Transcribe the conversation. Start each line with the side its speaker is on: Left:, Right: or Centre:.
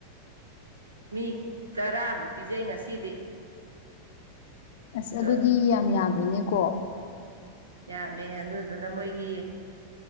Right: ꯃꯤ ꯇꯔꯥꯃꯨꯛ ꯄꯤꯖꯩ ꯉꯁꯤꯗꯤ
Left: ꯑꯁ
Right: ꯑꯗꯣ
Left: ꯑꯗꯨꯗꯤ ꯌꯥꯝ ꯌꯥꯝꯃꯤꯅꯦꯀꯣ
Right: ꯌꯥꯝꯃꯦ ꯑꯗꯨꯗꯨꯅ ꯃꯣꯏꯒꯤ